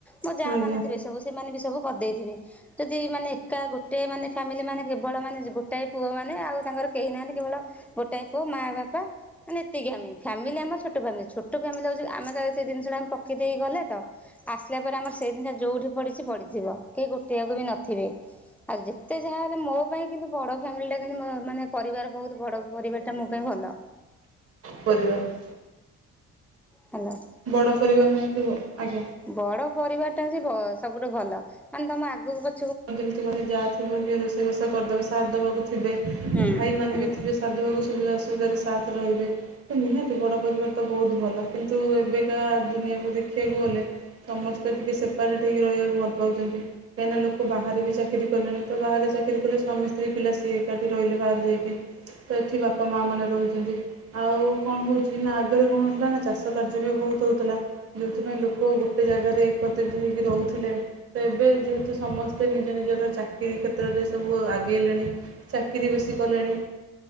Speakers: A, in the centre; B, on the right.
A: ମୋ ଯାଆ
B: ଆଜ୍ଞା
A: ମାନେ ଥିବେ ସବୁ ସେମାନେ ବି ସବୁ କରିଦେଇଥିବେ। ଯଦି ମାନେ ଏକା ଗୋଟେ ମାନେ ଫାମିଲି ମାନେ କେବଳ ମାନେ ଗୋଟାଏ ପୁଅ ମାନେ ଆଉ ତାଙ୍କର କେହି ନାହାନ୍ତି କେବଳ ଗୋ ଗୋଟାଏ ମାଆ ବାପା ମାନେ ଏତିକି ଆମେ ଫ୍ୟାମିଲି ଆମ ଛୋଟ ଫ୍ୟାମିଲି, ଛୋଟ ଫ୍ୟାମିଲି ହଉଛି ଆମେ ସେ ଜିନିଷଟା ଆମେ ପକେଇ ଦେଇକି ଗଲେ ତ ଆସିଲା ପରେ ଆମର ସେଇ ଜିନିଷ ଯୋଉଠି ପଡି଼ଛି ପଡିି଼ଥିବ କେହି ଗୋଟେଇବାକୁ ବି ନଥିବେ। ଆଉ ଯେତେ ଯାହା ହେଲେ ମୋ ପାଇଁ କିନ୍ତୁ ବଡ଼ ଫ୍ୟାମିଲିଟା କି ମାନେ ପରିବାର ବହୁତ ବଡ଼ ପରିବାର ଟା ମୋ ପାଇଁ ଭଲ।
B: ପରିବାର
A: ହ୍ୟାଲୋ।
B: ବଡ଼ ପରିବାର ନିହାତି ବ-ଆଜ୍ଞା।
A: ବଡ ପରିବାର ଟା ହଉଚି ଭ-ସବୁଠୁ ଭଲ ମାନେ ତମ ଆଗୁକୁ ପ
B: ଯେମିତି କହିଲି ଜା ଥିବ କିଏ ରୋଷେଇ ବାସ କରିଦେବେ ସାଥ୍ ଦେବାକୁ ଥିବେ ଭାଇମାନେ
A: ହୁଁ ହୁଁ।
B: ବି ଥିବେ ସେ ସାଥ୍ ଦେବାକୁ ସୁବିଧା ଅସୁବିଧାରେ ସାଥ୍ ରେ ରହିବେ। ନିହାତି ବଡ଼ ପରିବାର ତ ବହୁତ୍ ଭଲ କିନ୍ତୁ ଏବେକା ଦୁନିଆକୁ ଦେଖିବାକୁ ଗଲେ ସମସ୍ତେ ଟିକେ ସେପାରେଟ୍ ହେଇକି ରହିବାକୁ ଭଲ ପାଉଚନ୍ତି କାହିଁକିନା ଲୋ ଚାକିରି କଲେଣି ତ ବାହାରେ ଚାକିରି କଲେ ସ୍ୱାମୀ ସ୍ତ୍ରୀ ପିଲା ସିଏ ଏକାଠି ରହିଲେ ବାହାରେ ଯାଇକି। ତ ଏଠି ବାପା ମା ମାନେ ରହୁଚନ୍ତି। ଆଉ କଣ ହଉଚି ନା ଆଗରେ କଣ ହଉଥିଲା ନା ଚାଷ କାର୍ଯ୍ୟ ବି ବହୁତ୍ ହଉଥିଲା। ଯଉଥିପାଇଁ ଲୋକ ଗୋଟେ ଜାଗାରେ ଏକତ୍ରିତ ହେଇକି ରହୁଥିଲେ ତ ଏବେ ଯେହେତୁ ସମସ୍ ତେ ନିଜ ନିଜର ଚାକିରୀ କ୍ଷେତ୍ରରେ ସବୁ ଆଗେଇଲେଣି ଚାକିରି ବେଶୀ କଲେଣି